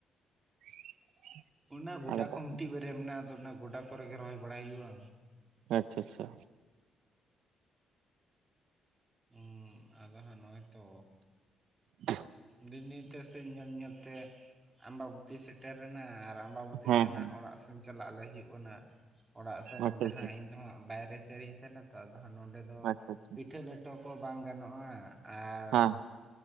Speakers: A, on the right; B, on the right.
A: <inaudible>
B: ᱚᱱᱟ ᱜᱚᱰᱟ
A: ᱟᱞᱮ ᱫᱚ
B: ᱠᱚ ᱢᱤᱫᱴᱤᱡ ᱵᱟᱨᱭᱟ ᱢᱮᱱᱟᱜᱼᱟ ᱟᱫᱚ ᱚᱱᱟ ᱜᱚᱰᱟ ᱠᱚ ᱨᱮ ᱜᱮ ᱨᱚᱦᱚᱭ ᱵᱟᱲᱟᱭ ᱦᱩᱭᱩᱜᱼᱟ᱾
A: ᱟᱪᱪᱷᱟ ᱟᱪᱪᱷᱟ
B: ᱦᱩᱸ ᱟᱫᱚ ᱦᱟᱸᱜ ᱱᱚᱜᱼᱚᱭ ᱛᱚ
A: <inaudible>
B: ᱫᱤᱱ ᱫᱤᱱ ᱛᱮ ᱥᱮ ᱧᱮᱞ ᱧᱮᱞ ᱛᱮ ᱟᱢᱵᱟᱵᱚᱛᱤ ᱥᱮᱴᱮᱨᱮᱱᱟ ᱟᱨ ᱟᱢᱵᱟᱵᱚᱛᱤ
A: ᱦᱮᱸ
B: ᱥᱮᱱᱟᱜ
A: ᱦᱮᱸ
B: ᱚᱲᱟᱜ ᱥᱮᱱ ᱪᱟᱞᱟᱜ ᱞᱟᱹᱜᱤᱫ ᱦᱩᱭᱩᱜ ᱠᱟᱱᱟ᱾ ᱚᱲᱟᱜ ᱥᱮ ᱱᱚᱸᱰᱮ
A: ᱟᱪᱪᱷᱟ ᱟᱪᱪᱷᱟ
B: ᱦᱟᱸᱜ ᱤᱧ ᱫᱚ ᱦᱟᱸᱜ ᱵᱟᱭᱨᱮ ᱥᱮᱨᱮᱧ ᱛᱟᱦᱮᱱᱟ ᱛᱚ ᱟᱫᱚ ᱦᱟᱸᱜ ᱱᱚᱸᱰᱮ ᱫᱚ
A: ᱟᱪᱪᱷᱟ ᱟᱪᱪᱷᱟ
B: ᱯᱤᱴᱷᱟᱹ ᱯᱷᱴᱚ ᱠᱚ ᱵᱟᱝ ᱜᱟᱱᱚᱜᱼᱟ ᱟᱨ
A: ᱦᱮᱸ